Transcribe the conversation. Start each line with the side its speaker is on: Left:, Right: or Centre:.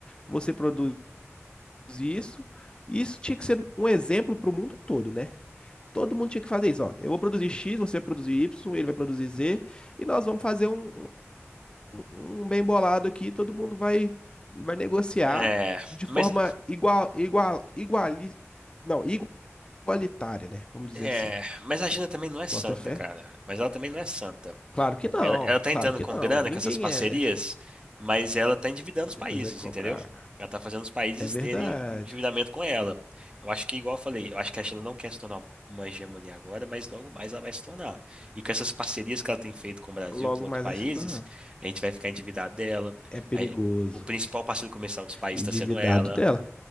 Left: você produz isso, e isso tinha que ser um exemplo para o mundo todo, né? Todo mundo tinha que fazer isso, ó. Eu vou produzir X, você vai produzir Y, ele vai produzir Z, e nós vamos fazer um, um- um bem bolado aqui, todo mundo vai vai negociar
Right: é,
Left: de forma
Right: mas,
Left: igual igual iguali, não, igualitária, né? Vamos dizer
Right: é,
Left: assim.
Right: mas a China também não é santa,
Left: Bota fé?
Right: cara. Mas ela também não é santa.
Left: Claro que não,
Right: Ela, ela tá
Left: claro
Right: entrando
Left: que
Right: com
Left: não.
Right: grana,
Left: Ninguém
Right: com essas parcerias,
Left: é, né?
Right: mas ela tá endividando
Left: Mas
Right: os
Left: depois
Right: países,
Left: vai cobrar.
Right: entendeu? Ela tá fazendo os países
Left: É verdade.
Right: terem endividamento com ela. Eu acho que, igual eu falei, eu acho que a China não quer se tornar uma hegemonia agora, mas logo mais ela vai se tornar. E com essas parcerias que ela tem feito com o Brasil,
Left: Logo
Right: com outros
Left: mais
Right: países,
Left: vai se tornar.
Right: a gente vai ficar endividado dela.
Left: É perigoso.
Right: Aí, o principal parceiro comercial dos países
Left: Endividado
Right: está sendo ela.
Left: dela.